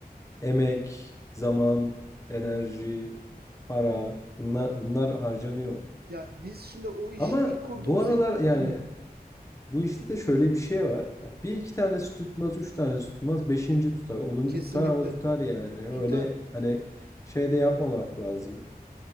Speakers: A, on the left (about 20°); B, on the right (about 75°).
A: emek, zaman, enerji, para bunlar bunlar harcanıyor.
B: Ya biz şimdi o işi
A: Ama
B: ilk kurduğumuzda
A: bu aralar
B: ilk-
A: yani
B: Hı,
A: bu işte de şöyle bir şey var. Bir iki tanesi tutmaz, üç tanesi tutmaz, beşinci tutar, onuncu
B: kesinlikle
A: tutar ama tutar yani. Öyle
B: tutar.
A: hani şey de yapmamak lazım.